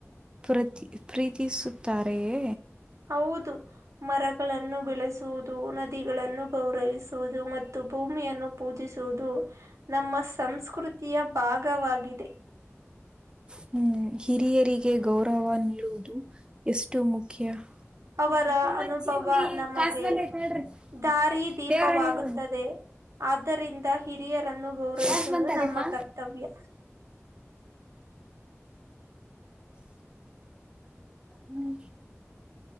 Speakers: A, on the right (about 20°); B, on the right (about 85°).
A: ಪ್ರತಿ ಪ್ರೀ ತೀಸುತ್ತಾರೆಯೇ
B: ಹೌದು ಮರಗಳನ್ನು ಬೆಳೆಸ ನದಿಗಳನ್ನು ಗೌರವಿಸುವುದು ಮತ್ತು ಭೂಮಿಯನ್ನು ಪೂಜಿಸುವುದು ನಮ್ಮ ಸಂಸ್ಕೃತಿಯ ಭಾಗವಾಗಿದೆ
A: ಹ್ಮ್ ಹಿರಿಯರಿಗೆ ಗೌರವ ನೀಡುವುದು ಎಷ್ಟು ಮುಖ್ಯ
B: ಅವರ
A: ಬ್ಬಚ್ಚಿ
B: ಅನುಭವ ನಮಗೆ
A: ಕಸ್ಗಂದಿ ಹ್ರಿ
B: ದಾರಿದೀಪವಾಗುತ್ತದೆ
A: ದೇವರ ಹೇಳ
B: ಆದ್ದರಿಂದ ಹಿರಿಯರನ್ನು ಗೌರವಿಸುವುದು
A: ಯತ್ ಒಂದ್ ತಾರೀಕಾ
B: ನಮ್ಮ ಕರ್ತವ್ಯ
A: ಹ್ಮ್